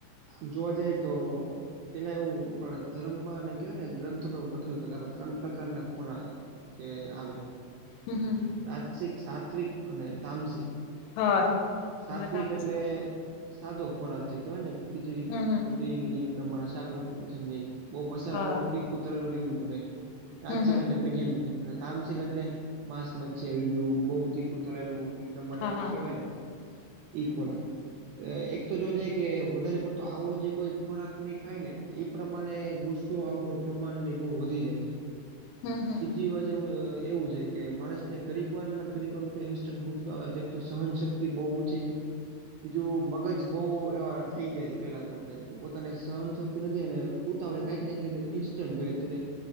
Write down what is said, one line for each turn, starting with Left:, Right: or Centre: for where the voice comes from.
Right: આમ જોવા જાઈ તો પેલા એવું આપણા ધર્મમાં અને કેહેવાય ને ગ્રંથમાં એવું લખે્યું છે કે આપણે ત્રણ પ્રકારના ખોરાક કે આવે
Left: હમ હમ
Right: આસિક સાત્વિક અને તામસિક
Left: હા
Right: સાત્વિક
Left: તમારે કામ
Right: એટલે સાદો ખોરાક જે કેવાય ને ખીચડી
Left: હમ હમ
Right: ઢી ઈ પ્રમાણે શાક રોટલી <inaudible> બોવ મસાલા
Left: હા
Right: વાળું તીખું તરેલું એવું બધું નહી આંશિક
Left: હમ હમ
Right: એટલે મીડિયમ મીડિયમ તામસિક એટલે માંસ મચ્છી આવી ગયું બવ તીખું તરેલું પ્રમાણે
Left: હા
Right: બહુ
Left: હા
Right: કહેવાય ને ઈ ખોરાક એક તો જો જઈએ કે વધારે પડતો આવો જે કોઈ ખોરાક ને ઈ ખાય ને ઈ પ્રમાણે ગુસ્સો આવવાનું પ્રમાણ ને બહુ વધી જાય છે
Left: હમ હમ
Right: બીજી વ એવું એવું છે કે માણસ ને ઘરીકવાર માં ને ઘરીકવારમાં કાઈ ઇન્સ્ટન્ટ ગુસ્સો આવે એક તો સહનશક્તિ તી બહુ ઓછી છે બીજું મગજ બહુ એવા થઈ ગયા છે પેલા કરતા પોતાને સહનશક્તિ નથી અને ઉતાવળે કાંઈક ને ક ઈન્સ્ટન્ટ જોઈ અત્યારે